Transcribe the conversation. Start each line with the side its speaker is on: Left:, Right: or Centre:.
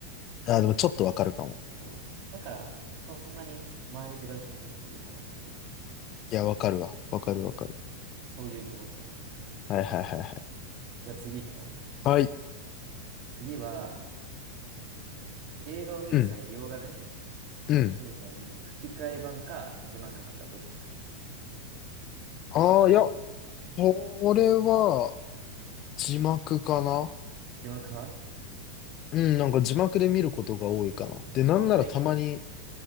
Left: あ、でもちょっとわかるかも。
Right: そう。だから、そんなに毎日外食じゃなくてもいいかなっていう。
Left: いや、わかるわ。わかるわかる。
Right: そうそういう気持ちだな。
Left: はいはいはいはい。
Right: じゃあ次行くね。
Left: はい。
Right: 次は、映画を見る際に、
Left: うん。
Right: 洋画ね、
Left: うん。
Right: 見る際に、吹き替え版か字幕派か、どっちか。
Left: ああ、いや、これは字幕かな。
Right: 字幕派
Left: うん、なんか字幕で見ることが多いかな。で、なんならたまに
Right: あ本当に